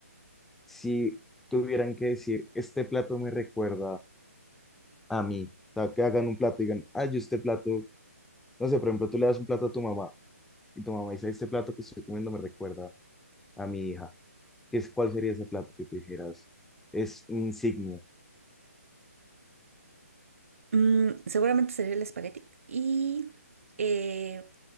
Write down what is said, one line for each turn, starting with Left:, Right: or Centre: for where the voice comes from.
Centre: Si tuvieran que decir, este plato me recuerda a mí, o sea, que hagan un plato y digan, ay, yo este plato, no sé, por ejemplo, tú le das un plato a tu mamá y tu mamá dice, este plato que estoy comiendo me recuerda a mi hija. ¿Qué es, cuál sería ese plato que tú dijeras? Es mi insignia.
Right: Mm, seguramente sería el espagueti. Y eh,